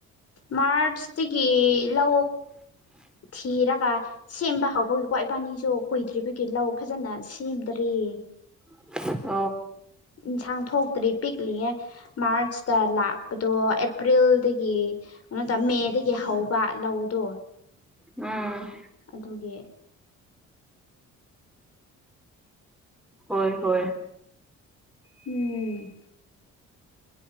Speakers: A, on the left (about 50°); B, in the centre.
A: ꯃꯥꯔꯁꯇꯒꯤ ꯂ ꯊꯤꯔꯒ ꯁꯦꯝꯕ ꯍꯧꯕꯒꯤ ꯀ꯭ꯋꯥꯏꯕꯥꯅꯤꯁꯨ ꯀꯨꯏꯗ꯭ꯔꯤꯕꯒꯤ ꯂꯧ ꯐꯖꯅ ꯁꯦꯝꯗꯔꯤ ꯎꯝ
B: <inaudible>
A: ꯏꯟꯁꯥꯡꯊꯣꯛ ꯇ ꯄꯤꯛꯂꯤꯌꯦ ꯃꯥꯔꯆꯇ ꯂꯥꯛꯄꯗꯣ ꯑꯦꯄ꯭ꯔꯤꯜꯗꯒꯤ ꯀꯩꯅꯣꯗ ꯃꯦꯗꯒꯤ ꯍꯧꯕ ꯂꯧꯗꯣ
B: ꯎꯝ
A: ꯑꯗꯨꯒꯤ
B: ꯍꯣꯏ ꯍꯣꯏ
A: ꯎꯝ